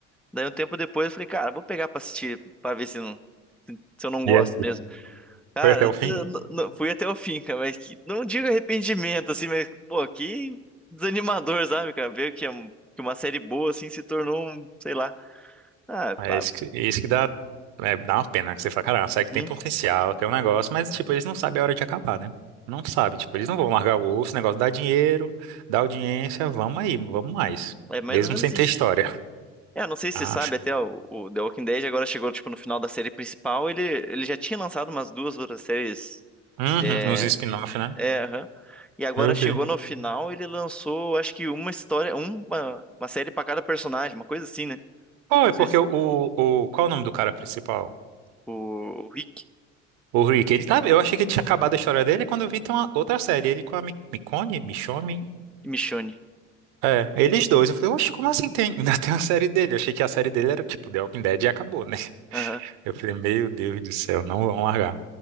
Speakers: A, in the centre; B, on the right.
A: Daí um tempo depois eu falei, cara, vou pegar pra assistir, pra ver se, não, se se eu não gosto
B: E aí?
A: mesmo. Cara,
B: Foi até o fim?
A: eu não- não- fui até o fim, cara, mas que, não digo arrependimento, assim, mas, pô, que desanimador, sabe, cara? Ver que, é um- que uma série boa, assim, se tornou um, sei lá. Ah,
B: É
A: pá,
B: isso que, isso que dá, é, dá uma pena, que você fala, cara, sabe
A: uhum,
B: que tem potencial, tem um negócio, mas, tipo, eles não sabem a hora de acabar, né? Não sabem, tipo, eles não vão largar o osso, o negócio dá dinheiro, dá audiência, vamos aí, vamos mais.
A: é mais
B: Mesmo
A: ou menos
B: sem ter
A: isso,
B: história,
A: né? É, não sei se
B: acho.
A: você sabe, até o, o The Walking Dead agora chegou, tipo, no final da série principal, ele, ele já tinha lançado umas duas outras séries
B: Uhum,
A: é,
B: uns spin-off, né?
A: É, aham. E agora
B: Eu vi.
A: chegou no final, ele lançou, acho que uma história, uma, uma série pra cada personagem, uma coisa assim, né?
B: Oh,
A: Não
B: é
A: sei
B: porque
A: se
B: o, o... Qual é o nome do cara principal?
A: o Rick
B: O Rick, ele tá, eu achei que ele tinha acabado a história dele quando eu vi tem uma outra série, ele com a Mi- Micone, Michonne,
A: e Michonne.
B: é, eles dois. Eu falei, oxe, como assim tem, <laughs> ainda tem uma série dele? Eu achei que a série dele era tipo The Walking Dead e acabou, né? <laughs>
A: Aham.
B: Eu falei, meu Deus do céu, não vão largar.